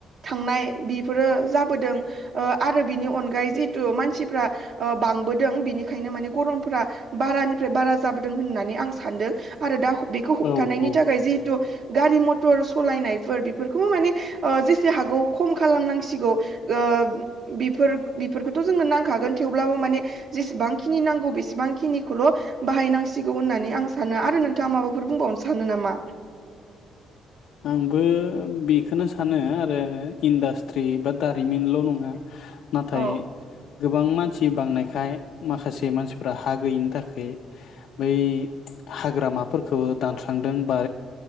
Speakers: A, on the right; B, on the left.
A: थांनाय बिफोरो जाबोदों ओ आरो बिनि अनगायै जिहेथु मानसिफ्रा ओ बांबोद दों बिनिखायनो माने गरमफ्रा बारानिफ्राय बारा जाबोदों होननानै आं सानदो। आरो दा हब-बेखौ होबथानायनि
B: औ औ
A: थाखाय जिहेतु गारि मथर सलायनायफोर बिफ फोरखौ माने ओ जेसे हागौ खम खालामनांसिगौ ओ बेफोर बेफोरखोथ जोंनो नांखागोन थेवब्लाबो माने जेसेबांखि नांगौ बेसेबांखिनिखोल बाहायनांसिगौ होननानै आं सानो आरो नोंथाङा माबाफोर बुंबावनो सा मोनो नामा।
B: आंबो बिखोनो सानो आरो इन्डास्ट्रि बा दारिमिनल नङा। नाथाय
A: औ
B: गोबां मान थि बांनायखाय माखासे मानसिफ्रा हा गैयिनि थाखै बै हाग्रामाफोरखौ दानस्रांदों बा